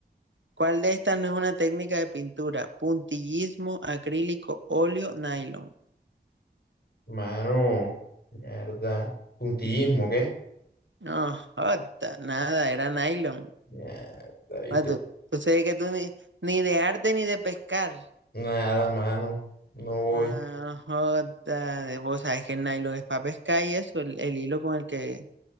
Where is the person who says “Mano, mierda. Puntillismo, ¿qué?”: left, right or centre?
Left